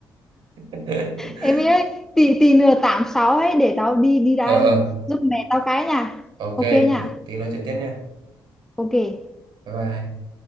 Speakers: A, on the right (about 75°); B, in the centre.
A: <laughs>
B: em ấy tí tí nữa tám sáu ấy để tao đi đi ra
A: ờ ờ
B: giúp mẹ tao cái nha
A: ok
B: ok nha
A: tí tí nói chuyện tiếp nha
B: ok
A: bye bye